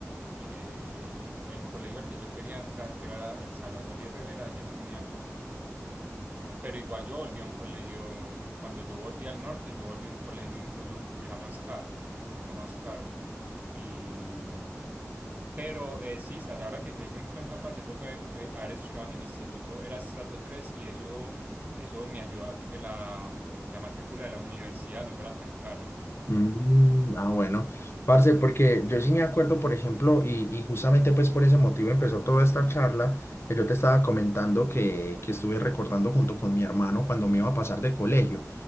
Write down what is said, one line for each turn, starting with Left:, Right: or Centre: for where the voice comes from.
Right: eh, el colegio al que yo quería entrar, que era el Salazar y Herrera, ya no tenía cupos. Eh, pero igual yo volví a un colegio, cuando yo volví al norte, yo volví a un colegio incluso era más caro, era más caro. Y, mm, pero eh, sí, sas, ahora que caigo en cuenta, parce, eso fue, eh, haber estudiado en el instituto era estrato tres y eso, eso me ayudó a que la, la matrícula de la universidad no fuera tan cara.
Left: Mm, ah, bueno, parce, porque yo sí me acuerdo, por ejemplo, y, y justamente pues por ese motivo empezó toda esta charla que yo te estaba comentando que, que estuve recordando junto con mi hermano cuando me iba a pasar de colegio.